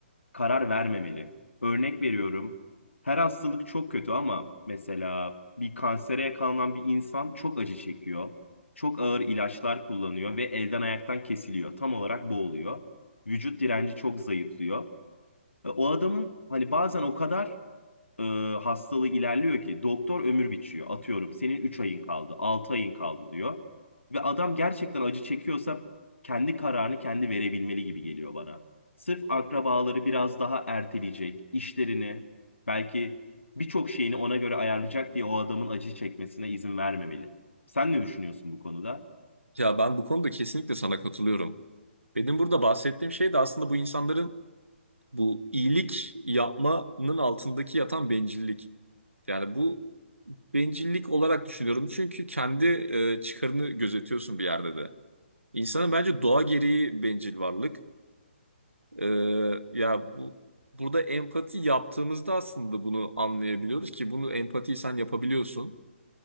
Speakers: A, on the left; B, on the right.
A: karar vermemeli. Örnek veriyorum. Her hastalık çok kötü ama mesela bir kansere yakalanan bir insan çok acı çekiyor. Çok ağır ilaçlar kullanıyor ve elden ayaktan kesiliyor. Tam olarak bu oluyor. Vücut direnci çok zayıflıyor. E, O adamın hani bazen o kadar e, hastalığı ilerliyor ki doktor ömür biçiyor. Atıyorum senin 3 ayın kaldı, 6 ayın kaldı diyor. Ve adam gerçekten acı çekiyorsa kendi kararını kendi verebilmeli gibi geliyor bana. Sırf akrabaları biraz daha erteleyecek, işlerini, belki birçok şeyini ona göre ayarlayacak diye o adamın acı çekmesine izin vermemeli. Sen ne düşünüyorsun bu konuda?
B: Ya ben bu konuda kesinlikle sana katılıyorum. Benim burada bahsettiğim şey de aslında bu insanların bu iyilik yapmanın altındaki yatan bencillik. Yani bu bencillik olarak düşünüyorum. Çünkü kendi e, çıkarını gözetiyorsun bir yerde de. İnsanın bence doğa gereği bencil varlık. E, ya bu burada empati yaptığımızda aslında bunu anlayabiliyoruz ki bunu empatiyi sen yapabiliyorsun.